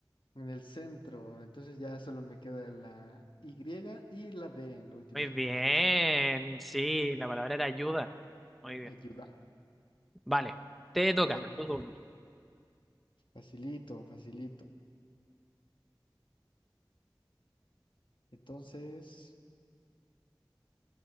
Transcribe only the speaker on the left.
En el centro, entonces ya solo me queda la Y y la D en las últimas
letras.
Ayuda.
Excelente.
Facilito, facilito. Entonces.